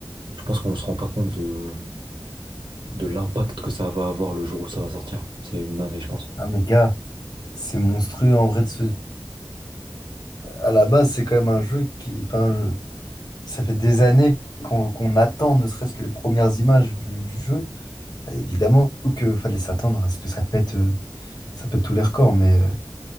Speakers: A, on the right; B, on the left.
A: Je pense qu'on se rend pas compte de, de l'impact que ça va avoir le jour où ça va sortir. C'est une dinguerie, je pense.
B: Ah mais gars, c'est monstrueux en vrai de se... À la base, c'est quand même un jeu qui... Enfin, je- ça fait des années qu'on qu'on attend ne serait-ce que les premières images du, du jeu. Évidemment qu'il fallait s'attendre à ce que ça pète, euh, ça pète tous les records, mais euh,